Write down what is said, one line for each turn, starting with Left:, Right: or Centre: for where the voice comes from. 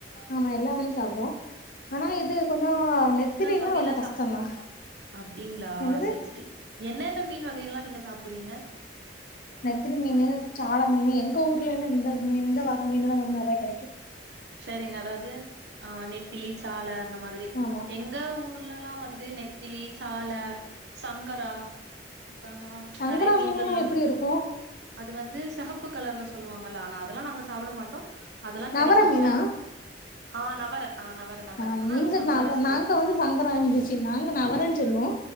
Left: ஆமா எல்லா மீனயு சாப்டுவோ ஆனா இது கொஞ்சோ நெத்திலினா
Right: எல்லா வகையெல்லாம்
Left: கொஞ்சோ கஷ்டந்தா
Right: சாப் அப்டிங்களா?
Left: என்னது
Right: சரி, சரி. என்னென்ன மீன் வகைலா நீங்க சாப்டுவீங்க
Left: நெத்திலி மீனு சால மீனு எங்க ஊர்ல எல்லா இந்த மீ இந்த வக மீனு தா கொஞ்சோ நறையா கடைக்கு
Right: சேரிங்க அதாவது ஆஹ் நெத்திலி சால அந்த மாதிரி
Left: ஆமா
Right: எங்க ஊர்லல்லாம் வந்து நெத் த்திலி சால சங்கரா அப்றமா
Left: சங்கரா
Right: நறைய மீன்கள்லா
Left: மீனுனா எப்டி இருக்கு
Right: அது வந்து செஹப்பு கலர்ல சொல்லுவாங்கல்ல ஆனா அதல்லா நாங்க சாப்ட மாட்டோ அதல்லா
Left: நவர
Right: கெடைக் ஓ
Left: மீனா
Right: செஹப் அஹ் நவர அஹ் நவர நவர
Left: ஆ
Right: ஆனா
Left: நீங்க
Right: அது சங்கரா
Left: நவ
Right: சொல்லுவாங்க
Left: நாங்க வந்து சங்கராந்துச்சு நாங்க நவரன்னு சொல்லுவோ